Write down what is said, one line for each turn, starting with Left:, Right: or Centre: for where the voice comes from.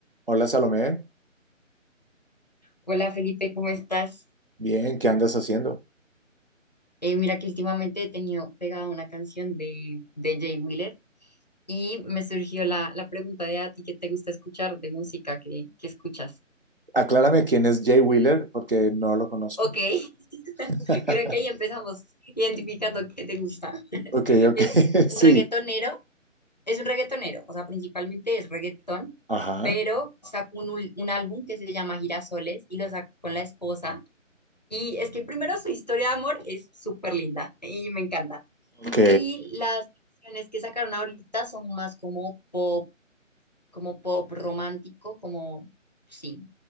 Right: Hola Salomé,
Left: Hola Felipe, ¿cómo estás?
Right: bien, ¿qué andas haciendo?
Left: Eh, mira que últimamente he tenido pegada una canción de, de Jay Wheeler y me surgió la, la pregunta de a ti qué te gusta escuchar de música que, que escuchas.
Right: Aclárame quién es Jay Wheeler porque no lo conozco.
Left: Ok, <laughs>
Right: <laughs>
Left: creo que ahí empezamos identificando qué te gusta. <laughs>
Right: Ok,
Left: Es
Right: ok,
Left: un
Right: <laughs> sí.
Left: reggaetonero, es un reggaetonero, o sea, principalmente es reggaetón,
Right: Ajá,
Left: pero sacó un, ul- un álbum que se llama Girasoles y lo sacó con la esposa. Y es que primero su historia de amor es súper linda y me encanta.
Right: ok.
Left: Y las canciones que sacaron ahorita son más como pop, como pop romántico, como, sí,